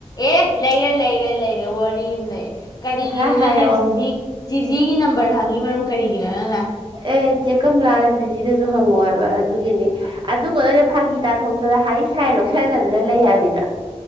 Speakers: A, on the left; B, on the right.
A: ꯑꯦ ꯂꯩꯔꯦ ꯂꯩꯔꯦ ꯂꯩꯔꯦ ꯋꯥꯔꯤ ꯑꯃ ꯂꯩꯔꯦ ꯀꯔꯤꯒꯅꯤꯅꯪ
B: ꯍꯥ ꯍꯥꯏꯔꯛꯑꯣ
A: ꯅꯖꯤꯖꯤ ꯖꯤꯖꯤꯒꯤ ꯅꯝꯕꯔ ꯍꯪꯉꯤ ꯃꯔꯝ ꯀꯔꯤꯒꯤꯅꯣ ꯅꯪꯅ
B: ꯑꯦ ꯏꯆꯦ ꯀꯂꯥꯅ ꯗꯤꯖꯤꯗꯁꯨ ꯍꯪꯉꯣ ꯍꯥꯏꯕ ꯑꯗꯨꯒꯤꯅꯤ ꯑꯗꯨꯒ ꯂꯣꯏꯅ ꯐꯥꯒꯤ ꯇꯥꯊꯣꯛꯇꯅ ꯍꯥꯏꯔꯤ ꯁꯥꯏꯔꯣꯛ ꯁꯥꯏꯗꯗꯅ ꯂꯩ ꯍꯥꯏꯕꯤꯗ